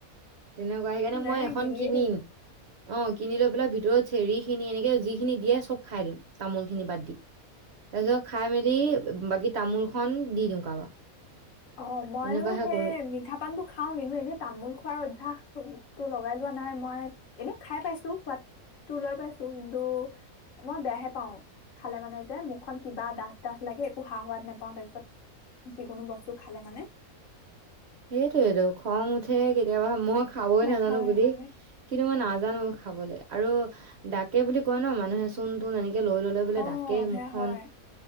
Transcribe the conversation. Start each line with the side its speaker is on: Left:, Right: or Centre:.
Right: তেনেকুৱা সেইকাৰণে
Left: নাই
Right: মই এখন
Left: গিলিয়ে
Right: কিনিম।
Left: দিও
Right: অ কিনি লৈ পেলাই ভিতৰত চেৰিখিনি এনেকে যিখিনি দিয়ে চব খাই দিম। তামোল খিনি বাদ দি। তাৰপিছত খাই মেলি বাকী তামোল খন দি দিওঁ কাৰোবাক।
Left: অ মইয়ো
Right: তেনেকুৱাহে
Left: সেই
Right: কৰো
Left: মিঠা পানটো খাওঁ কিন্তু এনেই তামোল খোৱাৰ অভ্যাস তটো লগাই লোৱা নাই' মই এনে খাই পাইছো হোৱাত তো লৈ পাইছো কিন্তু মই বেয়াহে পাও, খালে মানে যে মুখখন কিবা ডাঠ ডাঠ লাগে একো সা সোৱাদ নোপাওঁ তাৰপিছত যিকোনো বস্তু খালে মানে'
Right: সেইটোয়েইটো খং উঠে কেতিয়াবা মই খাবই
Left: নেখাওঁ
Right: নাজানো
Left: সেইকাৰণে
Right: বুলি কিন্তু মই নাজানো খাবলৈ আৰু ডাকে বুলি কয় ন' মানুহে চোন তোন এনেকে লৈ ললে বোলে
Left: অ'
Right: ডাকে মুখখন,
Left: সেয়া হয়